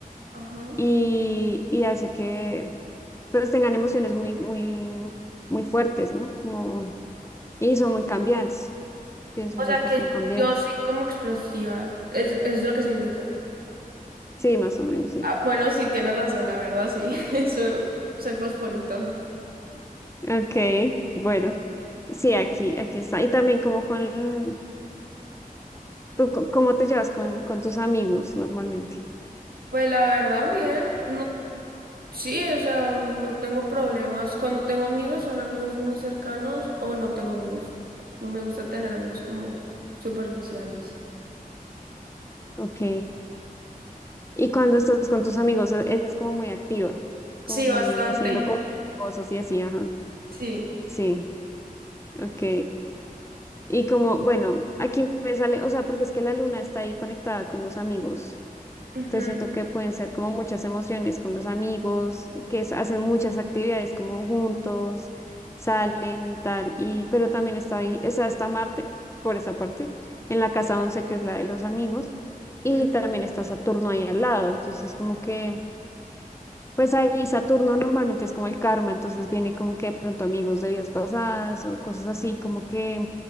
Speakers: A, on the right (about 80°); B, on the left (about 20°).
A: Ajá.
B: y, y hace que, pues, tengan emociones muy, muy, muy fuertes, ¿no? Como, y son muy cambiantes, pienso
A: O
B: yo
A: sea
B: que
A: que
B: son cambiantes.
A: yo soy como explosiva, es, es lo que significa.
B: Sí, más o menos, sí.
A: Ah, bueno, sí, tienes razón, la verdad, sí. <laughs> Soy, soy fosforito.
B: Ok, bueno, sí, aquí, aquí está. Y también como con, ¿Tú co- cómo te llevas con, con tus amigos normalmente?
A: Pues la verdad, bien. No, sí, o sea, no tengo problemas. Cuando tengo amigos, son amigos muy cercanos o no tengo amigos. No me gusta tener amigos como superficiales.
B: Ok. Y cuando estás con tus amigos, e- eres como muy activa,
A: Sí,
B: como muy
A: bastante.
B: haciendo co-
A: <laughs>
B: cosas y así, ajá.
A: Sí.
B: Sí, ok. Y como, bueno, aquí me sale, o sea, porque es que la luna está ahí conectada con los amigos.
A: Ujú,
B: Entonces siento que pueden ser como muchas emociones con los amigos, que es- hacen muchas actividades como juntos, salen y tal, y pero también está ahí, esa está Marte, por esa parte, en la casa once que es la de los amigos,
A: ujú.
B: y también está Saturno ahí al lado, entonces como que, pues ahí Saturno normalmente es como el karma, entonces viene como que de pronto amigos de vidas pasadas o cosas así, como que